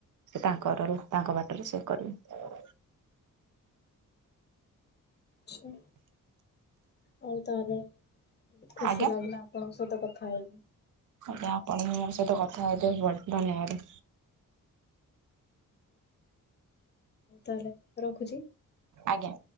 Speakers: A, on the right; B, on the left.
A: ସେ ତାଙ୍କର ତାଙ୍କ ବାଟରେ ସେ କରିବ।
B: ଆଚ୍ଛା। ହଉ ତାହେଲେ, ବହୁତ ଖୁସି
A: ଆଜ୍ଞା
B: ଲାଗିଲା ଆପଣଙ୍କ ସହିତ କଥା ହେଇକି।
A: ଆଜ୍ଞା ଆପଣ ବି ମୋ ସହିତ କଥା ହେ <unintelligible> ବେ ବ ଧନ୍ୟବାଦ
B: ତାହଲେ ରଖୁଛି।
A: ଆଜ୍ଞା।